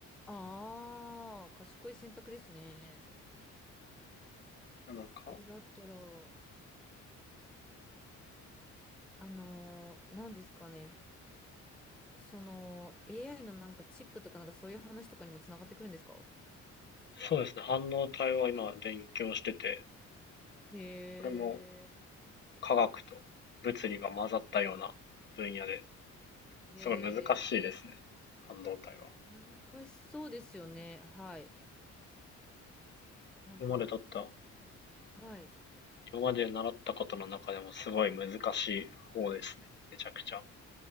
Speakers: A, in the centre; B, on the left (about 35°).
A: ああ、賢い選択ですね。
B: なんか、
A: え、だったら、あのー、何ですかね。その AI のなんかチップとかなんかそういう話とかにもつながってくるんですか
B: そうですね。半導体は今勉強してて、
A: へえ、
B: これも科学と物理が混ざったような分野で
A: へえ、
B: すごい難しいですね。半導体は。
A: 難しそうですよね。はい。なんか、
B: 今まで取った
A: はい。
B: 今まで習ったことの中でもすごい難しい方ですね。めちゃくちゃ。